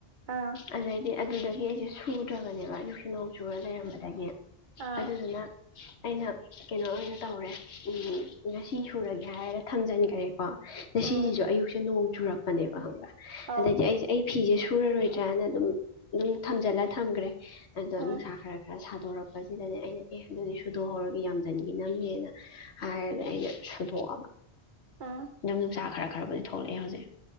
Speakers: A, on the right; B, on the left.
A: ꯑꯥ
B: ꯑꯗꯩꯗꯤ ꯑꯗꯨꯗꯒꯤ ꯑꯩꯁꯦ ꯁꯨꯗ꯭ꯔꯕꯅꯦꯕ ꯌꯎ ꯁꯤꯂꯧ ꯆꯨꯔ ꯂꯩꯔꯝꯕꯗꯒꯤ
A: ꯑꯥ
B: ꯑꯗꯨꯗꯨꯅ ꯑꯩꯅ ꯀꯩꯅꯣ ꯑꯣꯏꯅ ꯇꯧꯔꯦ ꯉꯁꯤ ꯁꯨꯔꯒꯦ ꯍꯥꯏꯔꯒ ꯊꯝꯖꯤꯟꯈ꯭ꯔꯦ ꯀꯣ ꯑꯗ ꯁꯤꯁꯤꯁꯨ
A: ꯎꯝ
B: ꯑꯌꯨꯛꯁꯦ ꯅꯣꯡ ꯆꯨꯔꯛꯄꯅꯦꯕ ꯈꯪꯕ꯭ꯔꯥ
A: ꯑꯧ
B: ꯑꯗꯩꯗꯤ ꯑꯩꯁꯦ ꯑꯩ ꯐꯤꯁꯦ ꯁꯨꯔꯔꯣꯏꯗ꯭ꯔꯅ ꯑꯗꯨꯝ ꯑꯗꯨꯝ ꯊꯝꯖꯤꯜꯂ ꯊꯝꯈ꯭ꯔꯦ ꯑꯗꯣ
A: ꯎꯝ
B: ꯅꯨꯡꯁꯥ ꯈꯔ ꯈꯔ ꯁꯥꯗꯣꯔꯛꯄꯁꯤꯗꯅꯦ ꯑꯩꯅ ꯑꯦ ꯑꯗꯨꯗꯤ ꯁꯨꯗꯣꯛꯍꯧꯔꯒ ꯌꯥꯝꯁꯤꯟꯈꯤ ꯅꯝꯅꯦꯅ ꯍꯥꯏꯔꯒ ꯑꯩꯁ‌ꯦ ꯁꯨꯗꯣꯛꯑꯕ
A: ꯑꯥ
B: ꯌꯨꯝ ꯌꯅꯨꯡꯁꯥ ꯈꯔ ꯈꯔꯕꯨꯗꯤ ꯊꯣꯛꯂꯛꯑꯦ ꯍꯧꯖꯤꯛ